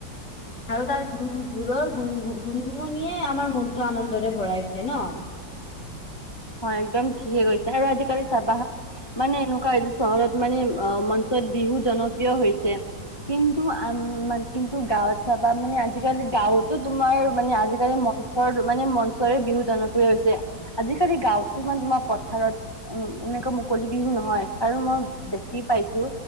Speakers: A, on the left; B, on the left.
A: আৰু তাৰে ঢো-ঢোলৰ গুন-গুনগুননিয়ে য়ে আমাৰ মনটো আনন্দৰে ভৰাই উঠে ন।
B: হয়, একদম ঠিকে কৈছা, আৰু আজিকালি চাবা মানে এনেকুৱা যে চহৰত মানে অ মঞ্চত বিহু জনপ্ৰিয় হৈছে। কিন্তু আ-মান, কিন্তু গাঁৱত চাবা মানে আজিকালি গাঁৱতো তোমাৰ মানে আজিকালি মঞ্চৰ মানে মঞ্চৰে বিহু জনপ্ৰিয় হৈছে। আজিকালি গাওতো ইমান তোমাৰ পথাৰত এনেকুৱা মুকলি বিহু নহয় আৰু মই দেখি পাইছো